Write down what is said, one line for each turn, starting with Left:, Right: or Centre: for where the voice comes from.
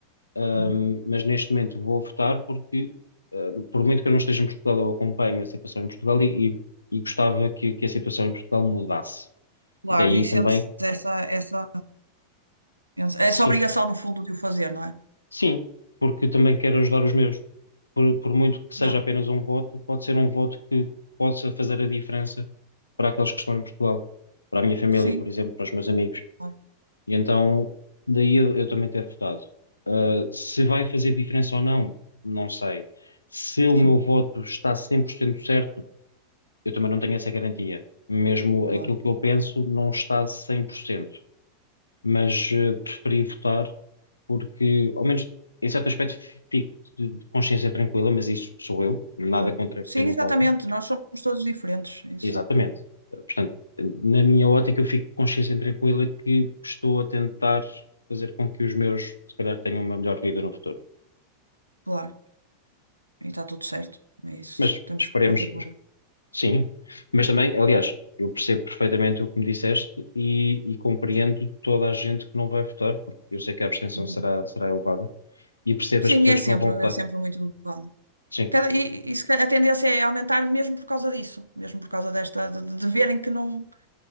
Left: Um,
Right: Uhum.
Left: mas neste momento vou votar porque, um, por muito que eu não esteja em Portugal, eu acompanho a situação em Portugal e, e- e gostava que, que a situação em Portugal mudasse.
Right: Claro,
Left: Daí
Right: e
Left: também,
Right: sentes essa, essa, essa
Left: sim,
Right: obrigação, no fundo, de o fazer, não é?
Left: sim, porque também quero ajudar os meus. Por, por muito que seja
Right: Claro,
Left: apenas um voto, pode ser um voto que possa fazer a diferença para aqueles que estão em Portugal, para a minha família,
Right: sim,
Left: por exemplo, para os meus amigos.
Right: claro,
Left: E então, daí eu, eu também ter votado. Uh, se vai fazer diferença ou não, não sei. Se
Right: sim,
Left: o meu voto está 100% certo, eu também não tenho essa garantia. Mesmo aquilo
Right: claro,
Left: que eu penso não está cem por cento Mas uh, preferi votar porque, ao menos em certo aspecto, fico de de consciência tranquila, mas isso sou eu, nada
Right: claro.
Left: contra
Right: Sim,
Left: quem não
Right: exatamente,
Left: vota.
Right: nós somos todos diferentes, é isso,
Left: Exatamente. Portanto, na minha ótica, eu fico com consciência tranquila que estou a tentar fazer com que os meus, se calhar, tenham uma melhor vida no futuro.
Right: claro, e está tudo certo, é isso,
Left: Mas
Right: temos
Left: esperemos,
Right: que continuar.
Left: sim. Mas também, aliás, eu percebo perfeitamente o que me disseste e, e compreendo toda a gente que não vai votar, porque eu sei que a abstenção
Right: Uhum.
Left: será, será elevada, e percebo as
Right: Sim,
Left: pessoas
Right: é sempre,
Left: que não vão votar.
Right: é sempre muito elevado.
Left: Sim.
Right: Cada, e, e se ca- a tendência é aumentar mesmo por causa disso, mesmo por causa desta, de, de verem que não.